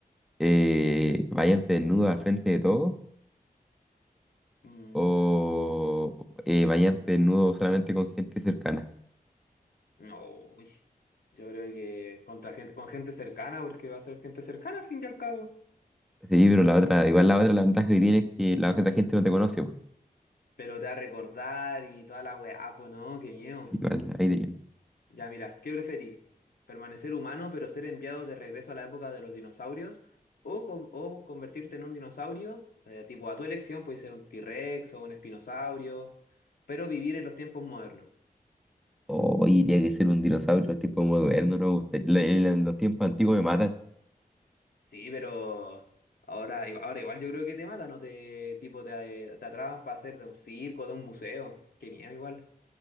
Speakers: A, in the centre; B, on the left.
A: Eh, ¿bañarte desnudo al frente de todo
B: Mm,
A: o eh, bañarte desnudo solamente con gente cercana?
B: no, uy. Yo creo que contra gente, con gente cercana, porque va a ser gente cercana al fin y al cabo.
A: Sí, pero la otra, igual la otra, la ventaja que tiene es que la otra gente no te conoce. po.
B: Pero te va a recordar y toda la weá, pues no, qué miedo.
A: Igual, ahí tenía.
B: Ya, mira, ¿qué preferís? ¿Permanecer humano pero ser enviado de regreso a la época de los dinosaurios? ¿O, con- o convertirte en un dinosaurio? eh, tipo, a tu elección, puede ser un T-Rex o un espinosaurio, pero vivir en los tiempos modernos.
A: Oh, diría que ser un dinosaurio en los tiempos modernos, no me gustaría. La- En la- en los tiempos antiguos me matan,
B: Sí, pero ahora, igu- ahora igual yo creo que te matan o te, tipo, te, te atrapan para hacer de un circo, de un museo. Qué miedo igual.